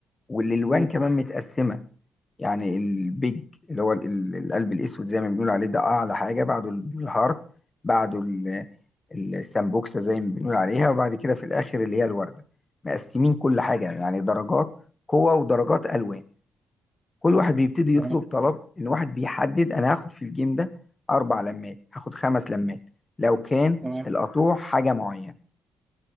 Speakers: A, on the left (about 25°); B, on the right (about 20°).
A: والالوان
B: مم.
A: كمان متقسمه يعني البيج اللي هو ال- ال- القلب الاسود زي ما بنقول عليه ده اعلى حاجه بعده ال- الهارت بعده ال- السامبوكسه زي ما بنقول عليها وبعد كده في الاخر اللي هي الورده مقسمين كل حاجه يعني درجات قوه ودرجات الوان كل واحد بيبتدي يطلب
B: تمام
A: طلب ان واحد بيحدد انا هاخد في الجيم ده اربع لمات هاخد خمس لمات لو كان
B: تمام
A: القطوع حاجه معينه